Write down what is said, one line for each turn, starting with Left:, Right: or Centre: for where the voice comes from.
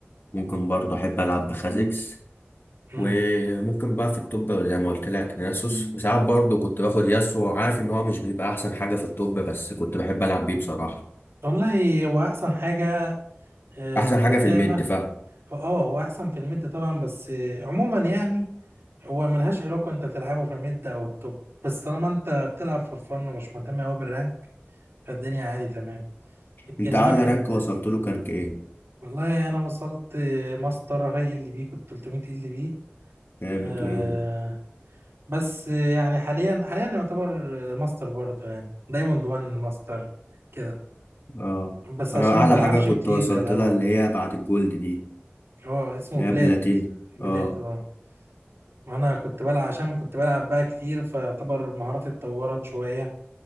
Left: ممكن برضه احب العب بخازكس
Right: امم
Left: وممكن بقى في الطب زي ما قلت لك ناسوس وساعات برضه كنت باخد ياسو عارف ان هو مش بيبقى احسن حاجه في الطب بس كنت بحب العب بيه بصراحه
Right: والله هو احسن حاجة أه،
Left: احسن
Right: في
Left: حاجه
Right: اللعبة
Left: في الميد فاهم
Right: هو- اه هو احسن في الميد طبعا بس أه، عموما يعني هو ملهاش علاقة انت تلعبه في الميد او التوب بس طالما انت بتلعب فور فن ومش مهتم اوي بالرانك فالدنيا عادي تمام لكن
Left: انت اعلى
Right: واحد
Left: رانك وصلت له كان ايه
Right: والله انا وصلت ماستر هاي ال بي كنت 300 ال بي
Left: جامد
Right: آه
Left: جامد
Right: بس يعني حاليا حاليا يعتبر ماستر برضه يعني دايموند 1 ماستر كده
Left: اه
Right: بس عشان
Left: انا اعلى
Right: ما بلعبش
Left: حاجه كنت
Right: كتير
Left: وصلت
Right: زي الاول
Left: لها اللي هي بعد الجولد دي
Right: هو اسمه
Left: اللي
Right: بلات
Left: هي بلاتيني
Right: بلات
Left: اه
Right: اه وانا كنت بلعب عشان كنت بلعب بقى كتير فيعتبر مهاراتي اتطورت شوية